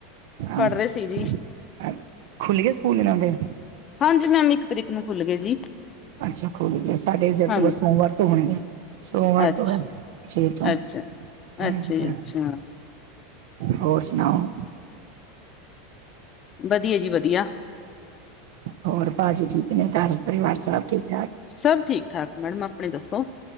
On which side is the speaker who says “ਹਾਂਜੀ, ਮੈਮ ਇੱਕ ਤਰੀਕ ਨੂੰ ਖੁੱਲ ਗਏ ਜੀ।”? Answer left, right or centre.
Left